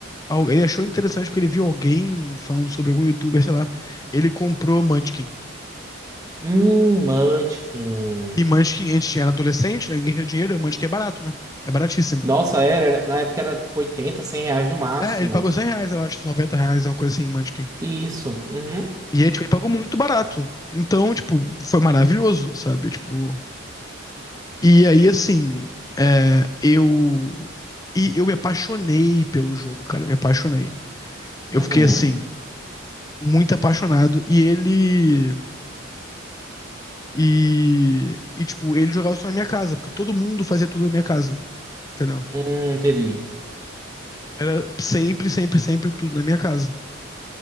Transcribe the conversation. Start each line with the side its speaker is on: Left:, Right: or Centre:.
Left: Al- Ele achou interessante porque ele viu alguém falando sobre algum youtuber, sei lá. Ele comprou Munchkin.
Right: Hum, Munchkin.
Left: E Munchkin, a gente tinha era adolescente, né? Ninguém tinha dinheiro, Munchkin é barato, né? É baratíssimo.
Right: Nossa, era, era- na época era tipo oitenta, cem reais no máximo.
Left: É, ele pagou 100 reais, eu acho, 90 reais, uma coisa assim, em Munchkin.
Right: Isso. Uhum,
Left: E aí, tipo, ele pagou muito barato. Então, tipo, foi maravilhoso, sabe? Tipo, e aí, assim, é, eu... E eu me apaixonei pelo jogo, cara, me apaixonei. Eu
Right: uhum.
Left: fiquei, assim, muito apaixonado. E ele... E, e, tipo, ele jogava só na minha casa, porque todo mundo fazia tudo na minha casa, entendeu?
Right: Hum, entendi.
Left: Era sempre, sempre, sempre tudo na minha casa.